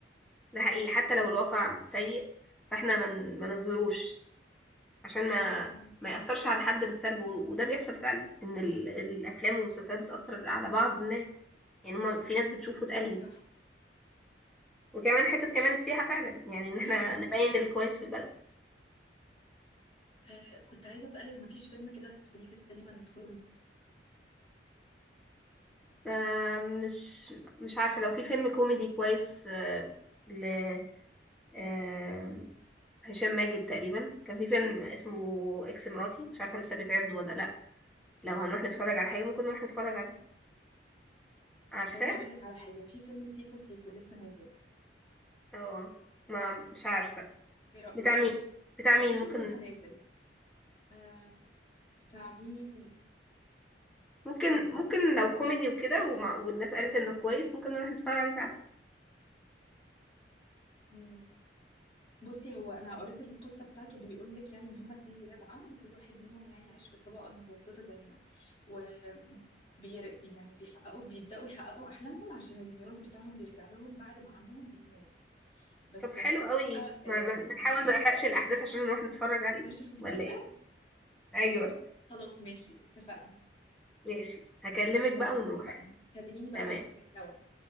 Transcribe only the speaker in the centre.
ده حقيقي حتى لو الواقع سيء فاحنا ما من... ما نظهروش عشان ما
ما يأثرش على حد بالسلب و... وده بيحصل فعلا إن ال... الأفلام والمسلسلات بتأثر على بعض الناس يعني هما في ناس بتشوف وتقلد
وكمان حتة كمان السياحة فعلا يعني إن
احنا
نبين الكويس في البلد
آه، مش مش عارفة لو في فيلم كوميدي كويس آه، ل... آه، هشام ماجد تقريبا كان في فيلم اسمه اكس مراتي مش عارفه لسه بيتعرض ولا لا لو هنروح نتفرج على حاجه ممكن نروح نتفرج عليه عارفاه
اه ما مش عارفه
بتاع مين بتاع مين
ممكن
ممكن ممكن لو كوميدي وكده ومع...
والناس قالت انه كويس ممكن نروح نتفرج عليه فعلا
طب حلو
قوي ما
ما- بنحاول ما نحرقش الاحداث عشان نروح نتفرج عليه
ولا ايه ايوه
ماشي هكلمك بقى
ونروح
تمام